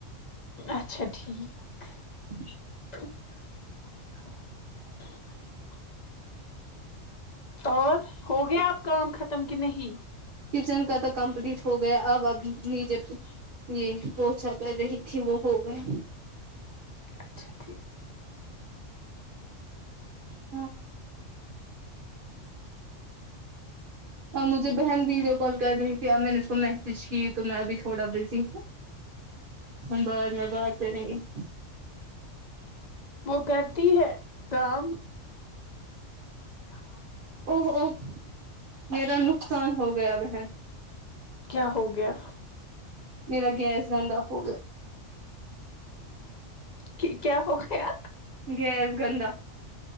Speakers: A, on the left (about 50°); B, on the right (about 50°).
A: اچھا ٹھیک
B: <inaudible>
A: <unintelligible> اور ہو گیا اب کام ختم کہ نہیں
B: کچن کا تو کمپلیٹ ہو گیا اب اب نیچے یہ ہوچاتا ہے دیکھیں کہ وہ ہو گیا
A: اچھا ٹھیک
B: ہاں اور مجھے بہن ویڈیو کال کر رہی تھی اب میں نے اس کو میسج کی تو میں ابھی تھوڑا بزی ہوں ہم بعد میں بات کرے گے
A: وہ کرتی ہے کام <unintelligible>
B: او او میرا نقصان ہو گیا بہن
A: کیا ہو گیا
B: میرا گیس بند ہوگیا
A: ک کیا ہو گیا
B: گیس گندا